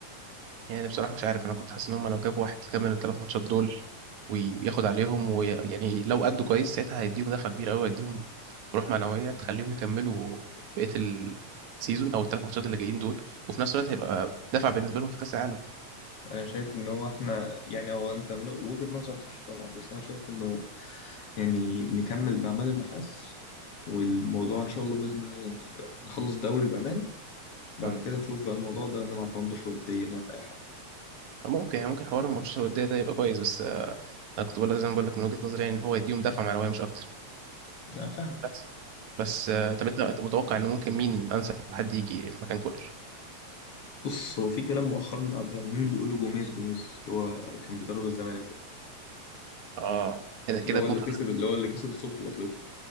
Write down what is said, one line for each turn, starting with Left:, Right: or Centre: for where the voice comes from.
Right: يعني بصراحه مش عارف انا كنت حاسس ان هم لو جابوا واحد يكمل الثلاث ماتشات دول وياخد عليهم ويعني لو أدوا كويس ساعتها هيديهم دفعه كبيره قوي هيديهم روح معنويه تخليهم يكملوا بقيه السيزون او الثلاث ماتشات اللي جايين دول وفي نفس الوقت هيبقى دفع بالنسبه لهم في كاس العالم
Left: انا شايف ان هو احنا يعني هو انت من وجهة نظرك صح طبعا بس انا شايف انه يعني نكمل باعمال النحاس والموضوع ان شاء الله باذن الله يعني نخلص دوري بامان بعد
Right: آه.
Left: كده نشوف بقى الموضوع ده نلعب بندش ودية نعمل اي حاجه
Right: ممكن يعني ممكن حوار الماتشات الودية ده يبقى كويس بس آه، انا كنت بقول لك زي ما بقول لك من وجهة نظري يعني ان هو يديهم دفعة معنوية مش اكتر
Left: انا فاهمك
Right: بس بس آه، طب انت انت متوقع ان ممكن مين انسب حد يجي مكان كولر؟
Left: بص هو في كلام مؤخرا قاعد عمالين بيقولوا جوميز جوميز اللي هو كان بيدرب الزمالك ده
Right: اه كده
Left: اللي
Right: كده
Left: هو
Right: يكون
Left: اللي
Right: خد
Left: كسب اللي هو اللي كسب السوبر الافريقي